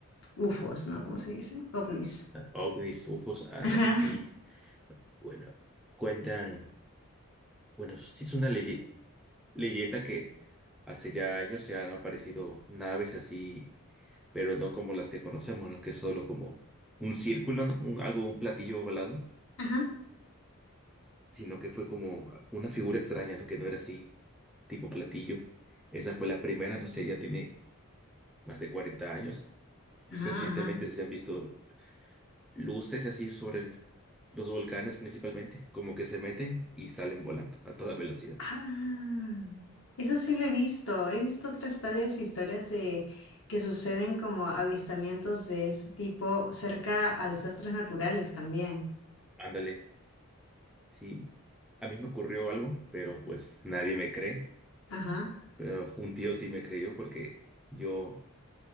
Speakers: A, on the left; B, in the centre.
A: UFOs, ¿no? ¿Cómo se dice? OVNIs.
B: ovnis, UFOs, ándale,
A: <laughs> Ajá,
B: sí. Bueno, cuentan, bueno, sí es una leye- leyenda que hace ya años se han aparecido naves así, pero no como las que conocemos, ¿no? Que es solo como un círculo, ¿no? Un- algo, un platillo ovalado,
A: ajá,
B: sino que fue como una figura extraña, ¿no? Que no era así, tipo platillo. Esa fue la primera, no sé, ya tiene más de 40 años. Y
A: ajá,
B: recientemente
A: ajá.
B: se han visto luces así sobre el- los volcanes principalmente, como que se meten y salen volando a toda velocidad.
A: Ah, eso sí lo he visto. He visto otras varias historias de que suceden como avistamientos de ese tipo cerca a desastres naturales también.
B: Ándale, sí, a mí me ocurrió algo, pero pues nadie me cree,
A: Ajá,
B: pero un tío sí me creyó porque yo,